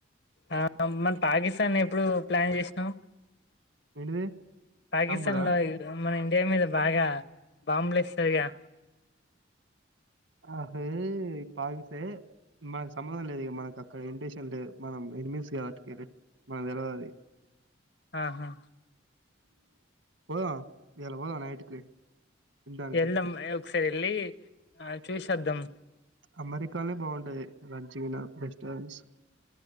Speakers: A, on the left (about 60°); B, on the right (about 80°).
A: ఆ మరి పాకిస్తాన్ ఎప్పుడు ప్లాన్ చేసినవ్
B: ఏంటిది
A: పాకిస్తాన్
B: చంపుడా
A: లో మన ఇండియా మీద బాగా బాంబులు వేస్తారుగా
B: అహే పాకిసే మనకు సంబంధం లేదు ఇగా మనకి అక్కడ ఇడిటేషన్ లేదు మనం ఎనిమీస్ కాబట్టి మనకు తెలువదది
A: ఆహా
B: పోదామా ఇయ్యాల పోదామా నైట్ కి తినడానికి
A: వెళ్దాం ఒకసారి వెళ్ళి ఆ చూసొద్దాం
B: అమెరికానే బాగుంటది లంచ్ గినా రెస్టారెంట్స్